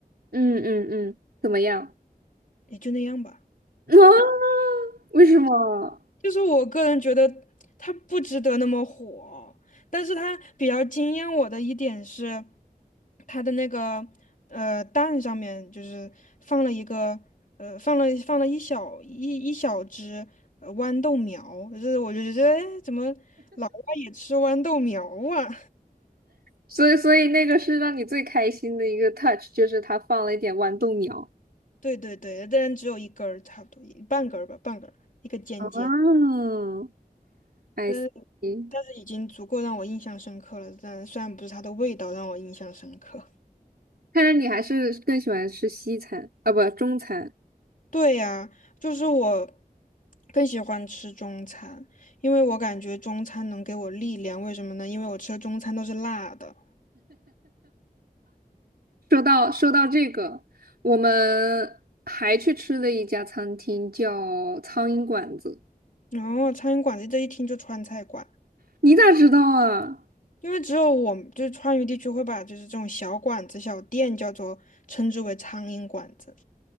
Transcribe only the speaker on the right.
嗯嗯嗯，怎么样？
<laughs> 啊，为什么？
所以所以那个是让你最开心的一个 touch，就是它放了一点豌豆苗。
哦，I
see。
看来你还是更喜欢吃西餐啊，不，中餐。
说到说到这个，我们还去吃了一家餐厅，叫苍蝇馆子。
你咋知道啊？